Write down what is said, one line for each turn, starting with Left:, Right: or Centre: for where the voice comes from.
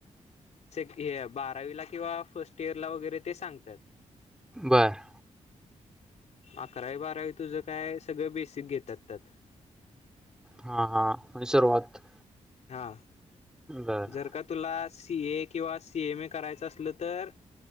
Left: हे ब.. अवी किंवा फर्स्ट इयर ला वगैरे ते सांगतात...
Centre: बर...
Left: अकरावी बारावी तुझं काय सगळं बेसिक घेतात त्यात...
Centre: हा हा सुरुवात..
Left: हा...
Centre: बर
Left: जर का तुला सी एक.. किंवा सी एम ए करायचं असलं तर